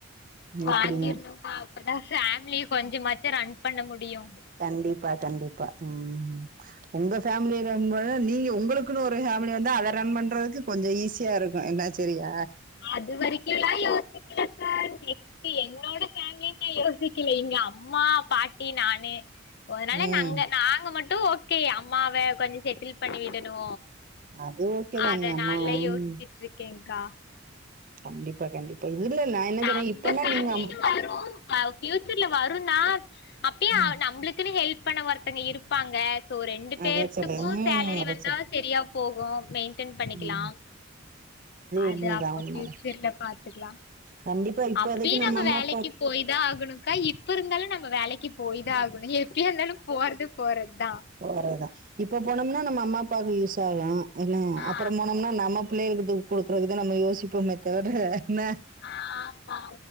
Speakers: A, on the left; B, on the right.
A: வாங்கிர்னுக்கா
B: எப்டியு
A: அப்பதா ஃபேமிலி கொஞ்சமாச்சு ரன் பண்ண முடியு
B: கண்டிப்பா கண்டிப்பா ம் உம் ஒங்க ஃபேமிலிய ரன் பண்ண நீங்க உங்களுக்குனு ஒரு ஃபேமிலி வந்தா அத ரன் பண்றதுக்கு கொஞ்சோ ஈஸியாருக்கு என்ன சேரியா
A: அது வரைக்கிலா யோசிக்லக்கா நெக்ஸ்ட்டு என்னோட ஃபேமிலின் நா யோசி க்கில இங்க அம்மா பாட்டி நானு அதனால
B: ம்
A: நங்க நாங்க மட் டு ஓகே அம்மாவ கொஞ்சொ செட்டில் பண்ணிவிடனு
B: அது ஓகேதா
A: அதனால
B: நீங்க அம்மா
A: யோச்சிட்ருக்கேக்கா
B: ம் கண்டிப்பா கண்டிப்பா இதுல நா என்ன
A: அந்த
B: சொன்னே இப்பனா
A: ஃபேமிலினு
B: நீங்க அம்
A: வரு வ பியூச்சர்ல வருந்தா அப்பயு அ
B: ம்
A: நம்ளுக் குனு ஹெல்ப் பண்ண ஒருத்தங்க இருப்பாங்க ஸோ ரெண்டு பேத்துக்கு
B: அதா சொல்றே ம்
A: சேலரி
B: அதா
A: வந்தா
B: சொல்றே
A: செரியா போகு மெயிண்டெய்ன் பண்ணிக்கலா
B: ம்
A: அது
B: உண்மதா
A: அப்ப
B: உண்மதா
A: ஃபியூச்சர்ல பாத்துக்லா
B: கண்டிப்பா இப்போதைக்கு
A: அப்பியு நம்ப
B: நம்ம அம்மா
A: வேலைக்கி
B: அப்பா
A: போய் தா ஆகனுக்கா இ ப்பருந்தாலு நம்ப வேலைக்கி போய்தா ஆகனு எப்பயாந்தாலு போறது போறத்தா
B: போறதா இப்போ போனோம்னா நம்ம அம்மா அப்பாக்கு யூஸ் ஆகு என்ன
A: ஆ
B: அப்றோ போனம்னா நம்ம பிள்ளைளுக்கு தூக் குடுக்குறதுக்கு தா நம்ம யோசிப்போமே தவர என்ன
A: ஆ ஆமாமா